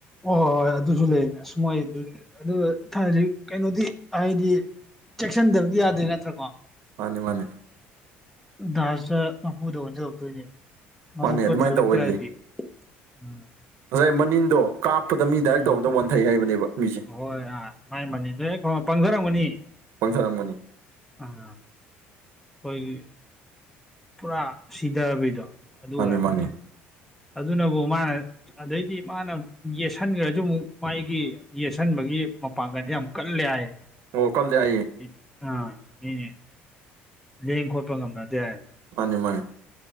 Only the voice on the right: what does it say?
ꯃꯥꯅꯤ ꯃꯥꯅꯦ
ꯃꯥꯅꯦ ꯑꯗꯨꯃꯥꯏꯅ
ꯇꯧꯋꯌꯦ
ꯉꯁꯥꯏ ꯃꯅꯤꯟꯗꯣ ꯀꯥꯞꯄꯗ ꯃꯤ ꯗꯥꯏꯔꯦꯛ
ꯇꯧꯕꯗ ꯋꯥꯟꯊꯩ ꯍꯥꯏꯕꯅꯦꯕ ꯃꯤꯖꯦ
ꯄꯪꯊꯔꯝꯒꯅꯤ
ꯃꯥꯅꯤ
ꯃꯥꯅꯤ
ꯑꯣ ꯀꯜꯂꯦ ꯍꯥꯏꯌꯦ
ꯃꯥꯅꯦ ꯃꯥꯅꯦ